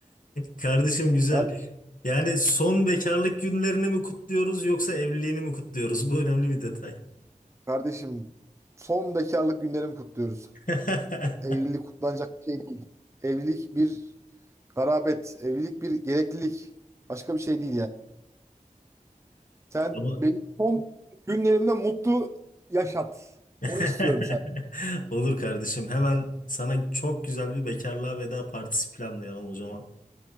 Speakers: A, on the left; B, on the right.
A: Kardeşim güzel.
B: Kardeşim,
A: Yani son bekarlık günlerini mi kutluyoruz yoksa evliliğini mi kutluyoruz? Bu önemli bir detay.
B: kardeşim son bekarlık günlerimi kutluyoruz.
A: <laughs>
B: Evlilik kutlanacak bir şey değil. Evlilik bir garabet, evlilik bir gereklilik. Başka bir şey değil yani. Sen
A: Ama-
B: benim son günlerimde mutlu yaşat.
A: <laughs>
B: Onu istiyorum sen.
A: Olur kardeşim. Hemen sana çok güzel bir bekarlığa veda partisi planlayalım o zaman.